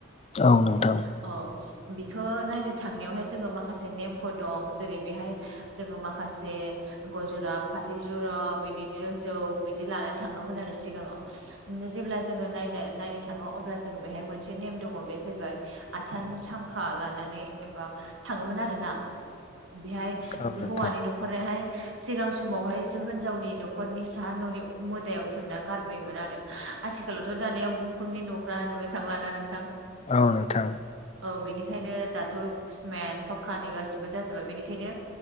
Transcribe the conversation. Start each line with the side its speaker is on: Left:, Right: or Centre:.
Left: औ नोंथां।
Right: अ बिखौ नायनो थांनायावहाय जोङो माखासे नेमफोर दं जेरै बेहाय जोङो माखासे गय जरा फा जरा बिनिदिनो जौ बिदि लानानै थाङोमोन आरो सिगाङाव जेब्ला जोङो नायनो नायनो थाङो अब्ला जोङो बेहाय मोनसे नेम दङ बे जाहैबाय आसान सांखा लानानै एबा थाङोमोन आरोना बेहाय
Left: औ
Right: जे
Left: नोंथां
Right: हौवानि न'खरनिहाय सिगां समावहाय जो होनजावनि न'खरनि साहा न'नि उखुम मोदायाव थेबनानै गारबोयोमोन आरो आथिखालावथ' दानिया उखुमनि न'फ्रा नुनो थांलाना नोंथां ।
Left: औ नोथां
Right: औ बिनिखायनो दाथ' सिमेन्थ फक्कानि गासिबो जाजोबा बेनिखायनो